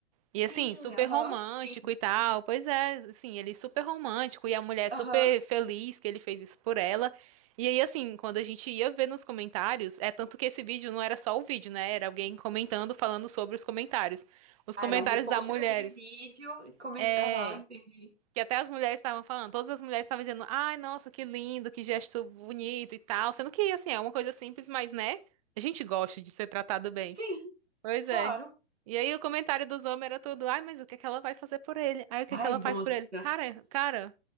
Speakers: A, on the right (about 35°); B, on the right (about 85°).
A: E
B: Sim,
A: assim, super
B: aham,
A: romântico
B: sim,
A: e tal. Pois é, assim, ele super romântico e a mulher
B: aham.
A: super feliz que ele fez isso por ela. E aí, assim, quando a gente ia ver nos comentários, é tanto que esse vídeo não era só o vídeo, né? Era alguém comentando, falando sobre os comentários. Os
B: Ah,
A: comentários
B: era um repost
A: das mulheres.
B: daquele vídeo e coment...
A: É.
B: Aham, entendi.
A: Que até as mulheres estavam falando, todas as mulheres estavam dizendo, ai, nossa, que lindo, que gesto bonito e tal. Sendo que, assim, é uma coisa simples, mas, né? A gente gosta de ser tratado bem.
B: Sim,
A: Pois
B: claro.
A: é. E aí o comentário dos homens era tudo, ai, mas o que é que ela vai fazer por ele? Aí o que
B: Ai,
A: é que ela
B: nossa,
A: faz por ele? Cara, cara,